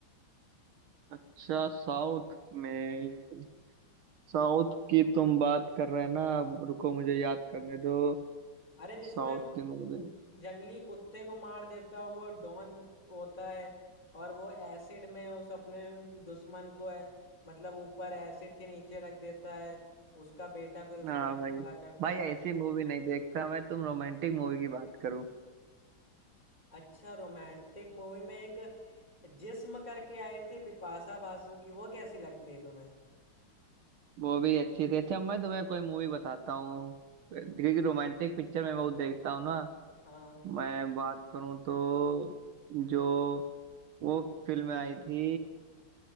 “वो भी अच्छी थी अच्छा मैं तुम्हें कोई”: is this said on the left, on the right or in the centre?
Right